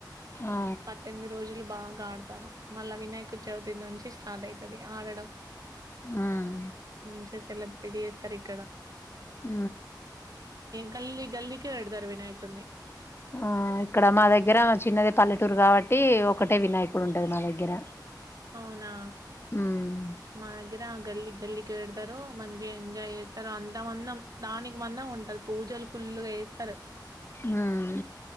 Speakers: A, on the left; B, on the right.
A: ఆ
B: పద్దెనిమిది రోజులు బాగ్ గాడ్తారు మల్లే వినాయక చవితి నుంచి స్టార్ట్ ఐతది, ఆడడం
A: మ్మ్
B: ఉమ్ చేత్ రెడీ చేత్తరు ఇక్కడ
A: అ
B: గల్లి గల్లికే వెడతరు వినాయకున్నీ.
A: ఆ ఇక్కడ మా దగ్గర చిన్నదే పల్లెటూరు కాబట్టి ఒకటే వినాయకుడు ఉంటది మా దగ్గర.
B: అవునా
A: మ్మ్
B: మాదగ్గర గల్లీ గల్లికి పెడతరు మంచిగా ఎంజాయ్ చేస్తరు, అంత మందం దానికి మందం ఉంటది, పూజలు ఫుల్గా చేత్తరు.
A: మ్మ్